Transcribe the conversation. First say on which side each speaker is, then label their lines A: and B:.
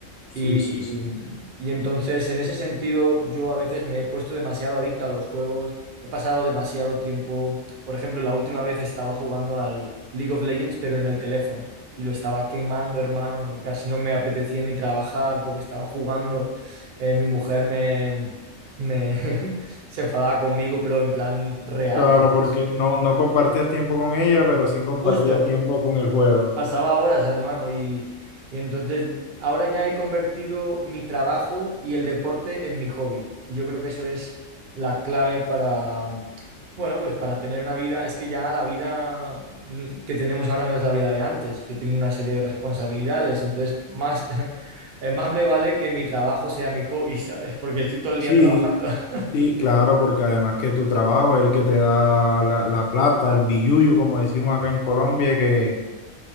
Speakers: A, on the left; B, on the right.
A: Sí,
B: Y,
A: sí, sí.
B: y entonces, en ese sentido, yo a veces me he puesto demasiado adicto a los juegos, he pasado demasiado tiempo. Por ejemplo, la última vez estaba jugando al League of Legends, pero en el teléfono. Y lo estaba quemando, hermano. no- Casi no me apetecía ni trabajar porque estaba jugando. Eh, mi mujer me, me <laughs> se enfadaba conmigo, pero en plan real,
A: Claro,
B: ¿sabes?
A: porque no, no compartías tiempo con ella, pero sí compartías
B: Justo,
A: tiempo con el juego.
B: Pasaba horas, hermano, y, y entonces ahora ya he convertido mi trabajo y el deporte en mi hobby. Y yo creo que eso es la clave para, mm, bueno, pues para tener una vida. Es que ya la vida mm, que tenemos ahora no es la vida de antes. Yo tengo una serie de responsabilidades, entonces más, <laughs> eh, más me vale que mi trabajo sea mi hobby, <laughs> ¿sabes? Porque estoy todo el
A: Sí,
B: día trabajando. <laughs>
A: Sí, claro, porque además que tu trabajo es el que te da la, la plata, el billuyo, como decimos acá en Colombia, que,